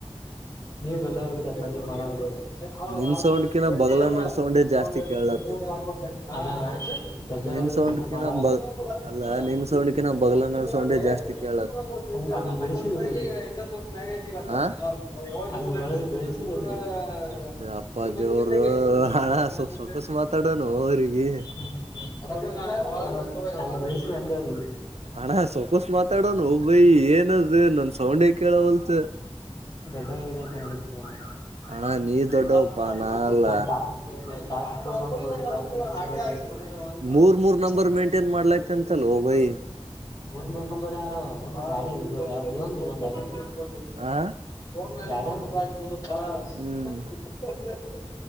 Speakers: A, on the left; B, on the right.
A: ದೊಡ್ಡವರಾಗಿದ್ದೀಯಪ್ಪ ನೀವ್ ಮಾಡಲ್ರು. <unintelligible>
B: ನಿನ್ ಸೌಂಡ್ಕಿನ ಬಗ್ಲ ನಡ್ ಸೌಂಡೇ ಜಾಸ್ತಿ ಕೇಳಲತ್ತದ ನಿನ್
A: <unintelligible>
B: ಸೌಂಡ್ಕಿನ ಬ ಅಲ್ಲ ನಿನ್ ಸೌಂಡ್ಕಿನ ಬಗ್ಲನರ್ ಸೌಂಡೆ ಜಾಸ್ತಿ ಕೇಳತ್
A: <unintelligible>
B: ಆ
A: <unintelligible>
B: ಅಪ್ಪ ದೇವರು ಹಣ ಸ್ವಲ್ಪ್ ಸೊಕಸ್ ಮಾತಾಡೋನು ಅವ್ರಿಗೆ
A: <unintelligible>
B: ಅಣ ಸಾವ್ಕಾಸ್ ಮಾತಾಡೋನು ಬಯಿ ಏನದ ನನ್ ಸೌಂಡೆ ಕೇಳವಲ್ತ್.
A: <unintelligible>
B: ಅಣ್ಣ ನೀ ದೊಡ್ಡವಪ್ಪಾ ನಾ
A: <unintelligible>
B: ಅಲ್ಲ
A: <unintelligible>
B: ಮೂರ್ ಮೂರ್ ನಂಬರ್ ಮೇಂಟೇನ್ ಮಾಡ್ಲೈತಿ ಅಂತಲ್ ಓ ಬೈ
A: <unintelligible> <unintelligible>
B: ಆ ಹ್ಮ್